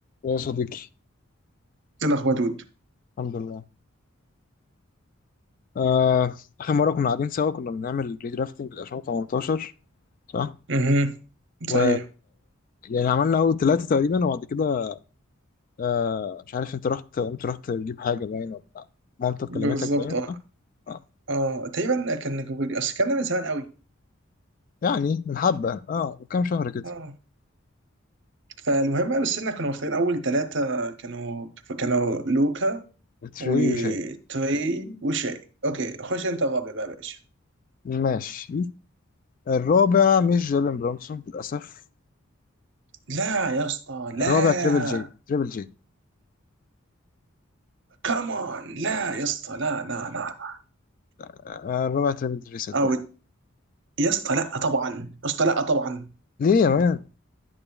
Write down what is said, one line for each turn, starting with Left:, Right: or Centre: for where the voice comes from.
Left: يا صديقي
Right: ايه الاخبار يا دود
Left: الحمد لله آه، آخر مرة كنا قاعدين سوا كنا بنعمل ريدرافتنج ل 2018 صح؟
Right: امم
Left: و
Right: صحيح
Left: يعني عملنا أول ثلاثة تقريبا وبعد كده آه، مش عارف أنت رحت قمت رحت تجيب حاجة باين ولا مامتك كلمتك
Right: بالظبط
Left: باين
Right: اه
Left: صح؟ آه.
Right: اه تقريبا كان اصل كان ده من زمان قوي
Left: يعني من حبة اه من كام شهر كده
Right: اه فالمهم بقى، بس احنا كنا مختارين اول ثلاثه كانوا كانوا لوكا
Left: بتري
Right: وتري
Left: وشاي
Right: وشاي اوكي خش انت الرابع بقى يا باشا
Left: ماشي الرابع مش جيلين برونسون للأسف
Right: لا يا اسطى لا
Left: الرابع تريبل جي تريبل جي
Right: كمان لا يا اسطى لا لا لا لا
Left: آه، الرابع تريبل جي صدقني
Right: او يا اسطى لا طبعا يا اسطى لا طبعا
Left: ليه يا مان؟